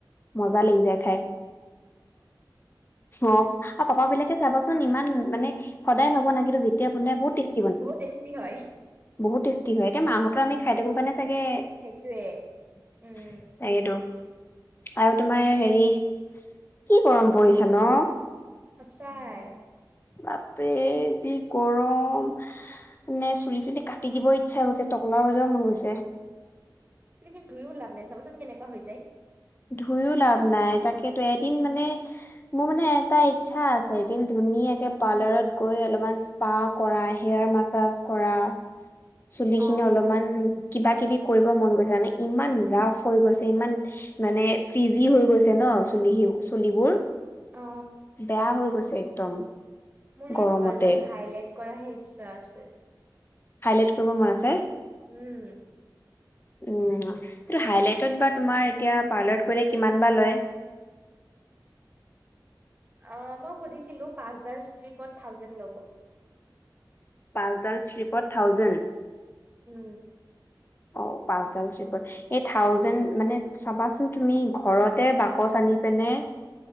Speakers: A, on the left; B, on the right.
A: মজা
B: অ
A: লাগি যায় খাই। অ', আৰু পাপাবিলাকে চাবাচোন, ইমান মানে, সদায় নবনাই, কিন্তু যেতিয়া বনাই বহুত টেষ্ট
B: বহুত টেষ্টি হয়।
A: বহুত টেষ্টি হয়, এতিয়া মা হঁতৰ আমি খাই থাকো কাৰণে চাগে
B: সেইটোয়ে।
A: <inaudible>
B: উম
A: তাকেইটো আৰু তোমাৰ হেৰি, কি গৰম পৰিছ ন?
B: সঁচাই।
A: বাপৰে, যি গৰম। নে চুলি খিনি কাটি দিবই ইচ্ছা হৈছে, টকলা হৈ যাব মন গৈছে।
B: চুলিখিনি ধুইও লাভ নাই, চাবাচোন কেনেকুৱা হৈ যায়।
A: ধুইও লাভ নাই তাকেইতো, এদিন মানে মোৰ মানে এটা ইচ্ছা আছে, এদিন ধুনীয়াকে পাৰ্লাৰত গৈ অলপমান ইচ পা কৰা, হেয়াৰ মাছাজ কৰা। চুলি খিনি
B: অ
A: অলপমান, কিবা-কিবি কৰিব মন গৈছে, মানে ইমান ৰাফ হৈ গৈছে, ইমান মানে ফ্ৰিজি হৈ গৈছে ন, চুলি সিও। চুলিবোৰ,
B: অ
A: বেয়া হৈ গৈছে একদম।
B: মোৰ সেই
A: গৰমতে
B: পাৰ্লাৰত হাইলাইট কৰাহে ইচ্ছা আছে।
A: হাইলাইট কৰিব মন আছে?
B: উম।
A: উম, সেইটো হাইলাইটত বা তোমাৰ এতিয়া পাৰ্লাৰত কৰিলে কিমান বা লয়?
B: অ', মই সুধিছিলোঁ, পাঁচডাল ষ্ট্ৰিপত থাউজেণ্ড ল'ব।
A: পাঁচডাল ষ্ট্ৰিপত থাউজেণ্ড!
B: উম।
A: ঔ পাঁচডাল ষ্ট্ৰিপত এই থাউজেণ্ড মানে চাবাচোন তুমি ঘৰতে বাকচ আনি পিনে